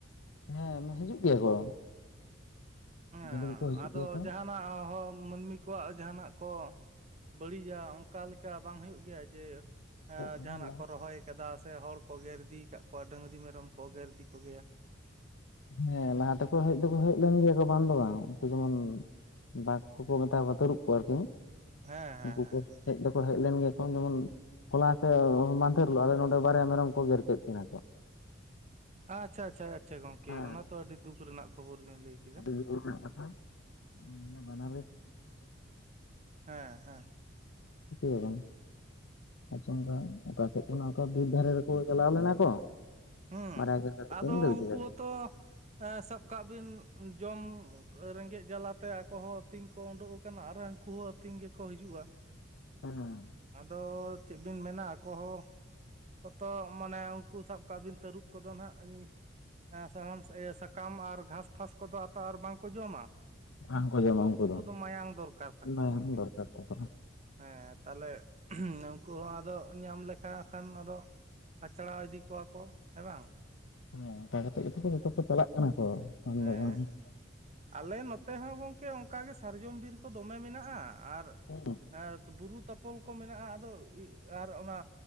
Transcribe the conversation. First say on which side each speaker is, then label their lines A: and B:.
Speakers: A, on the left (about 70°); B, on the right (about 35°).
A: ᱦᱮᱸ ᱢᱮ ᱦᱤᱡᱩᱜ ᱜᱮᱭᱟ ᱠᱚ᱾
B: ᱦᱮᱸ
A: ᱰᱮᱞᱤ ᱜᱮᱠᱚ ᱦᱤᱡᱩᱜ
B: ᱟᱫᱚ
A: ᱜᱮᱭᱟ ᱠᱚ
B: ᱡᱟᱦᱟᱸᱟᱱᱟᱜ ᱦᱚ ᱢᱟᱹᱱᱢᱤ ᱠᱚᱣᱟᱜ ᱡᱟᱦᱟ ᱱᱟᱜ ᱠᱚ ᱵᱟᱲᱤᱡᱟ ᱚᱱᱠᱟ ᱞᱮᱠᱟ ᱵᱟᱝ ᱦᱩᱭᱩᱜ ᱜᱮᱭᱟ ᱡᱮ
A: ᱟᱫᱚ
B: ᱡᱟᱦᱟ ᱱᱟᱜ
A: ᱞᱟᱦᱟ
B: ᱠᱚ ᱨᱚᱦᱚᱭ ᱠᱟᱫᱟ ᱥᱮ ᱦᱚᱲ ᱠᱚ ᱜᱮᱨ ᱤᱫᱤ ᱠᱚᱣᱟ ᱞ ᱰᱟᱹᱝᱨᱤ ᱢᱮᱨᱚᱢ ᱠᱚ ᱜᱮᱨ ᱤᱫᱤ ᱠᱚᱜᱮᱭᱟ᱾
A: ᱦᱮᱸ ᱞᱟᱦᱟ ᱛᱮᱠᱚ ᱦᱮᱡ ᱫᱚᱠᱚ ᱦᱮᱡ ᱞᱮᱱ ᱜᱮᱭᱟ ᱠᱚ ᱵᱟᱝ ᱫᱚ ᱵᱟᱝ ᱩᱱᱠᱩ ᱡᱮᱢᱚᱱ ᱵᱟ-ᱜ ᱠᱚ ᱠᱚ ᱢᱮᱛᱟ ᱠᱚᱣᱟ ᱛᱟᱹᱨᱩᱵ ᱠᱚ ᱟᱨᱠᱤ
B: ᱦᱮᱸ ᱦᱮᱸ
A: ᱩᱱᱠᱩ
B: ᱦᱮᱸ
A: ᱠᱚ ᱦᱮᱡ ᱫᱚᱠᱚ ᱦᱮᱡ ᱞᱮᱱ ᱜᱮᱭᱟ ᱠᱚ ᱡᱮᱢᱚᱱ ᱦᱚᱞᱟ ᱥᱮ ᱢᱟᱸᱫᱷᱮᱨ ᱦᱤᱞᱳᱜ ᱟᱞᱮ ᱱᱚᱸᱰᱮ ᱵᱟᱨᱭᱟ ᱢᱮᱨᱚᱢ ᱠᱚ ᱜᱮᱨ ᱠᱮᱫ ᱠᱤᱱᱟ ᱠᱚ᱾
B: ᱟᱪᱪᱷᱟ ᱟᱪᱪᱷᱟ ᱟᱪᱪᱷᱟ ᱜᱚᱝᱠᱮ
A: ᱦᱮᱸ
B: ᱚᱱᱟ ᱛᱚ ᱟᱹᱰᱤ ᱫᱩᱠᱷ ᱨᱮᱱᱟᱜ ᱠᱷᱚᱵᱚᱨ ᱵᱤᱱ ᱞᱟᱹᱭ ᱠᱮᱫᱟ᱾
A: ᱟᱹᱰᱤ ᱫᱩᱠᱷ ᱨᱮᱱᱟᱜ ᱠᱟᱛᱷᱟ ᱩᱸᱻ ᱢᱟᱱᱮ ᱵᱟᱱᱟᱨ
B: ᱦᱮᱸ ᱦᱮᱸ
A: ᱜᱮ <unintelligible> ᱟᱪᱚᱝᱠᱟ ᱚᱠᱟ ᱥᱮᱫ ᱠᱷᱚᱱᱟᱜ ᱚᱠᱟ ᱵᱤᱨ ᱫᱷᱟᱨᱮ ᱨᱮᱠᱚ ᱪᱟᱞᱟᱣ ᱞᱮᱱᱟ ᱠᱚ᱾
B: ᱦᱩᱸ
A: ᱢᱟᱨᱟᱜ ᱜᱮᱨ ᱠᱟᱛᱮ
B: ᱟᱫᱚ
A: ᱠᱤᱱ ᱫᱟᱹᱲ
B: ᱩᱱᱠᱩ
A: ᱠᱮᱫᱟ ᱠᱤᱱ
B: ᱦᱚᱸᱛᱚ ᱮ ᱥᱟᱵ ᱠᱟᱜ ᱵᱤᱱ ᱡᱚᱢ ᱨᱮᱸᱜᱮᱡ ᱡᱟᱞᱟ ᱛᱮ ᱟᱠᱚ ᱦᱚᱸ ᱟᱹᱛᱤᱧ ᱠᱚ ᱩᱸᱰᱩᱠ ᱟᱠᱟᱱᱟ ᱟᱨᱦᱚᱸ ᱦᱟᱸᱝᱠᱩ ᱦᱚ ᱟᱹᱛᱤᱧ ᱜᱮᱠᱚ ᱦᱤᱡᱩᱜ-ᱟ᱾
A: ᱦᱮᱸ ᱦᱮᱸ᱾
B: ᱟᱫᱚ ᱪᱮᱫ ᱵᱤᱱ ᱢᱮᱱᱟ ᱟᱠᱚ ᱦᱚᱸ ᱡᱚᱛᱚ ᱢᱟᱱᱮ ᱩᱱᱠᱩ ᱥᱟᱵ ᱠᱟᱜ ᱵᱤᱱ ᱛᱟᱹᱨᱩᱵ ᱠᱚᱫᱚ ᱱᱟᱦᱟᱸᱜ ᱥᱟᱦᱟᱱ ᱤᱭᱟᱹ ᱥᱟᱠᱟᱢ ᱟᱨ ᱜᱷᱟᱸᱥ ᱯᱷᱟᱸᱥ ᱠᱚᱫᱚ ᱟᱛᱟᱨ ᱵᱟᱝᱠᱚ ᱡᱚᱢᱟ᱾
A: ᱵᱟᱝᱠᱚ ᱡᱚᱢᱟ ᱩᱱᱠᱩ
B: ᱩᱝᱠᱩ ᱫᱚ ᱢᱟᱭᱟᱝ ᱫᱚᱨᱠᱟᱨ ᱛᱟᱠᱚ
A: ᱢᱟᱭᱟᱝ
B: ᱜᱚᱝᱠᱮ,
A: ᱫᱚᱨᱠᱟᱨ ᱛᱟᱠᱚ
B: ᱦᱮᱸ᱾ ᱛᱟᱦᱞᱮ ᱱᱩᱝᱠᱩ ᱦᱚᱸ ᱟᱫᱚ ᱧᱟᱢ ᱞᱮᱠᱟ ᱠᱷᱟᱱ ᱟᱫᱚ ᱠᱟᱪᱲᱟᱣ ᱤᱫᱤ ᱠᱚᱣᱟ ᱠᱚ, ᱦᱮᱸ ᱵᱟᱝ?
A: ᱦᱮᱸ ᱚᱱᱠᱟ ᱠᱟᱛᱮᱜ ᱜᱮᱛᱚ ᱠᱚ ᱡᱷᱚᱛᱚ ᱠᱚ ᱪᱟᱞᱟᱜ ᱠᱟᱱᱟ ᱠᱚ <unintelligible>
B: ᱦᱮᱸ ᱟᱞᱮ ᱱᱚᱛᱮ ᱦᱚᱸ ᱜᱚᱝᱠᱮ ᱚᱝᱠᱟ ᱜᱮ ᱥᱟᱨᱡᱚᱢ ᱵᱤᱨ ᱠᱚ ᱫᱚᱢᱮ ᱢᱮᱱᱟᱜ-ᱟ ᱟᱨ
A: ᱦᱩᱸ᱾
B: ᱮᱛ ᱵᱩᱨᱩ ᱛᱟᱯᱚᱞ ᱠᱚ ᱢᱮᱱᱟᱜ-ᱟ ᱟᱫᱚ ᱤ ᱟᱨ ᱚᱱᱟ